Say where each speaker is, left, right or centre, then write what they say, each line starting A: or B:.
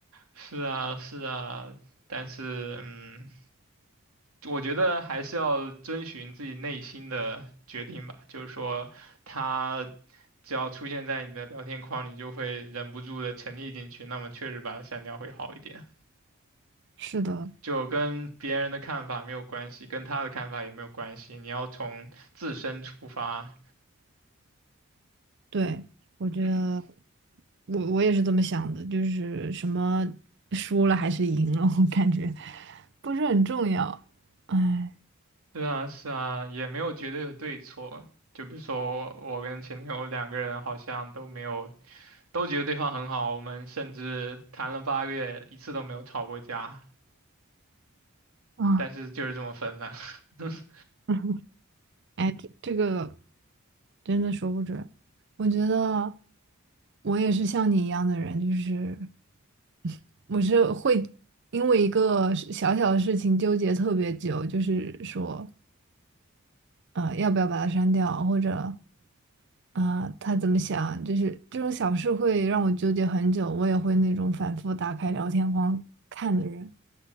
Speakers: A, on the right; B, on the right.
A: 是啊，是啊，但是嗯，我觉得还是要遵循自己内心的决定吧。就是说，他只要出现在你的聊天框，你就会忍不住的沉溺进去，那么确实把他删掉会好一点。
B: 是的，
A: 就跟别人的看法没有关系，跟他的看法也没有关系，你要从自身出发。
B: 对，我觉得
A: 嗯，
B: 我我也是这么想的，就是什么输了还是赢了，我感觉不是很重要。哎
A: 对啊，是啊，也没有绝对的对错。就比如说我跟前女友两个人好像都没有。都觉得对方很好，我们甚至谈了八个月，一次都没有吵过架，
B: 啊，
A: 但是就是这么分了。<laughs>
B: <laughs> 哎，这这个真的说不准。我觉得我也是像你一样的人，就是 <laughs> 我是会因为一个事小小的事情纠结特别久，就是说呃要不要把它删掉，或者。啊、他怎么想？就是这种小事会让我纠结很久，我也会那种反复打开聊天框看的人，